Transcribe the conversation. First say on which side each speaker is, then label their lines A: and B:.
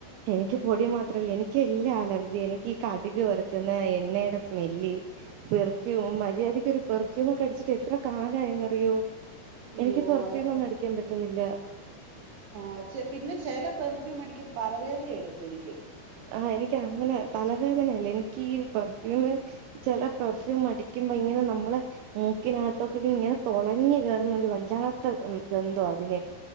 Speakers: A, on the right (about 85°); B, on the right (about 65°).
A: എനിക്ക് പൊടി മാത്രല്ല എനിക്ക് എല്ലാ അലർജിയാ എനിയ്ക്കീ കടുക് വറുക്കുന്ന എണ്ണയുടെ സ്മെല്ല് പെർഫ്യൂം മര്യാദയ്ക്കൊരു പെർഫ്യൂമൊക്കെ അടിച്ചിട്ട് എത്ര കാലായന്നറിയോ
B: അയ്യോ
A: എനിക്ക് പെർഫ്യൂം
B: അതൊക്കെ
A: ഒന്നും അടിക്കാൻ പറ്റുന്നി ഇല്ല
B: ആ ചെ പിന്നെ ചെല പെർഫ്യൂം അടിക്ക് തലവേദന എടുക്കും എനിക്
A: ആ എനിക്ക് അങ്ങനെ തലവേദനയല്ല എനിയ്ക്കീ പെർഫ്യൂം ചില പെർഫ്യൂം അടിക്കുമ്പോ ഇങ്ങനെ നമ്മളെ മൂക്കിനകത്തൊക്കെ ഇങ്ങനെ തൊളഞ്ഞു കേറുന്നൊരു വല്ലാത്ത ഗന്ധവാ അതിന്